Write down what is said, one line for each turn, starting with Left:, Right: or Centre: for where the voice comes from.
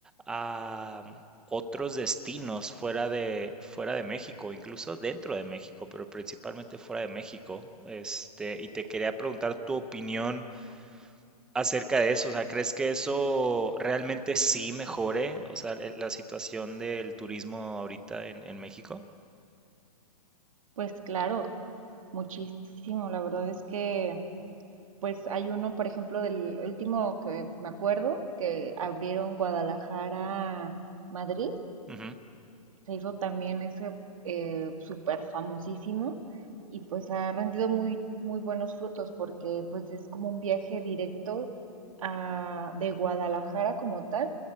Centre: a otros destinos fuera de fuera de México, incluso dentro de México, pero principalmente fuera de México. Este, y te quería preguntar tu opinión acerca de eso, o sea, ¿crees que eso realmente sí mejore, o sea, el- la situación del turismo ahorita en, en México?
Right: Pues claro, muchísimo. La verdad es que, pues hay uno, por ejemplo, del último que me acuerdo, que abrieron Guadalajara, Madrid,
Centre: Ujú,
Right: se hizo también ese eh, súper famosísimo y pues ha rendido muy, muy buenos frutos porque pues es como un viaje directo a- de Guadalajara como tal